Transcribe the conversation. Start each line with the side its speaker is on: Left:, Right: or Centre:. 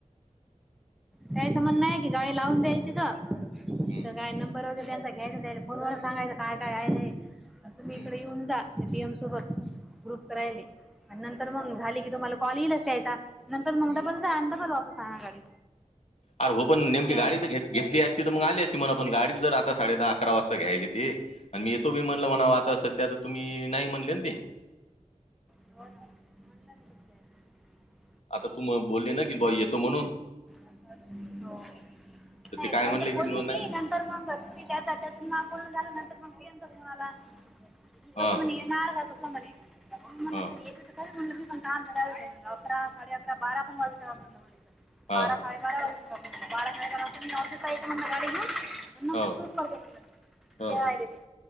Centre: त्यायचं म्हणय की गाडी लावून द्यायची तीथं तीथं
Left: हम्म
Centre: काय नंबर वगैरे त्यांचा घ्यायचा अन त्यायले फोनवरच सांगायचं काय काय आहे नाही. तुम्ही
Left: हम्म
Centre: इकडे येऊन जा. डि एम सोबत ग्रुप करायले आणि नंतर मंग झाले की तुम्हाला कॉल येईलच त्यायचा. नंतर मग
Left: हम्म.
Centre: डबल जा डबल वापस आणा गाडी.
Left: अर हो
Centre: असं
Left: पण
Centre: थोडी
Left: नेमकीे
Centre: काय
Left: गाडी
Centre: आहे. हम्म.
Left: तर घेत घेतली असती तर मग आली असती म्हण आपण गाडी जर आता साडे दहा अकरा वाजता घ्यायली येते. आणि मी येतो बी म्हणल म्हणा आता सध्या तर तुम्ही नाही म्हणले ना ते.
Centre: <inaudible>
Left: आता तू म बोलले ना कि येतो म्हणून.
Centre: हो,
Left: तर
Centre: नाही
Left: ते काय
Centre: नंतर
Left: म्हणले की
Centre: बोलली
Left: म्हण नाही.
Centre: मी नंत तर मग त्या त्यातून मग बोलन झालं नंतर मग पि एन चा फोन आला
Left: हा
Centre: तस म्हणे <unintelligible> तस म्हणे मी म्हंटल
Left: हा
Centre: सर येते तर खरं. पण अकरा, साडे अकरा, बारा पण वाजत्यातं म्हंटल मले इथं
Left: हा
Centre: बारा साडे बारा वाजता, बारा साडे बारा ऑफिसला येतं म्हंटल गाडी घेऊन नंतर
Left: हो
Centre: करतो जेवायला
Left: हो
Centre: आलेले